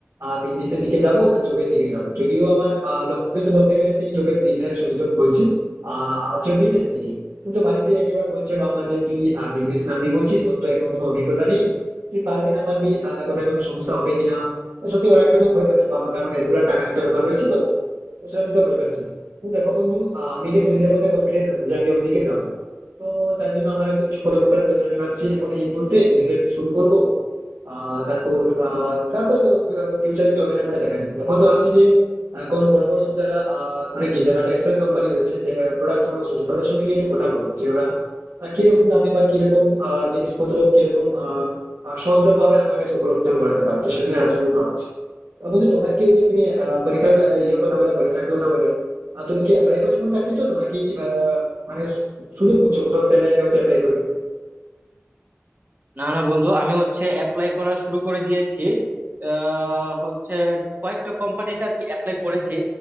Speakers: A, on the right (about 85°); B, on the right (about 40°).
A: বিজনেসের দিকে যাব না জবের দিকে যাব যদিও আমার আহ, লক্ষ্য কিন্তু বলতে গেলে সেই জবের দিকে সরি, job বলছি আহ হচ্ছে বিজনেসের দিকে কিন্তু বাড়িতে একেবারে বলছে বাবা মা যে তুই বিজনেস নামবি বলছিস তোর তো এখন কোনো অভিজ্ঞতা নেই তুই পারবি না পারবি আহ, কোথায় কোনো সমস্যা হবে কিনা সত্যি ওরা একটা তো ভয় পাচ্ছে বাবা কারণ এতগুলো টাকার একটা ব্যাপার রয়েছে তো তো সেটা তো ভয় পাচ্ছে কিন্তু দেখো বন্ধু আহ, আমি কিন্তু নিজের মধ্যে কনফিডেন্স আছে যে আমি ওইদিকে যাবো তো তাই জন্য আমার কিছু পরিকল্পনা রয়েছে আমি ভাবছি এখন এই মুহূর্তে যদি একটু শুরু করবো আহ তারপর আহ তারপর ফিউচার কি হবে না ওটা দেখা যাবে এখন তো ভাবছি যে আহ, কোনো বড় বড় সব যারা আহ, মানে কি যারা টেক্সটাইল কোম্পানি রয়েছে যে প্রোডাক্টস হাউস রয়েছে তাদের সঙ্গে গিয়ে একটু কথা বলবো যে ওরা আহ, কিরকম দামে বা কিরকম আহ, জিনিসপত্র কিরকম আহ, আহ, সহজলভ্যভাবে আমার কাছে উপলব্ধ করাতে পারে তো সেটা নিয়ে আলোচনা করবো ভাবছি। আহ, বন্ধু তোমার কি ওই যে তুমি আহ, পরীক্ষার আহ, ইয়ে কথা বলে বলে চাকরির কথা বলে আহ, তুমি কি অ্যাপ্লাই করছো কোনো চাকরির জন্য নাকি আহ, মানে সু- সুযোগ খুঁজছো কোথাও পেলে হয়তো অ্যাপ্লাই করবে
B: না না বন্ধু আমি হচ্ছে অ্যাপ্লাই করা শুরু করে দিয়েছি আহ, হচ্ছে কয়েকটা কোম্পানিতে আর কি অ্যাপ্লাই করেছি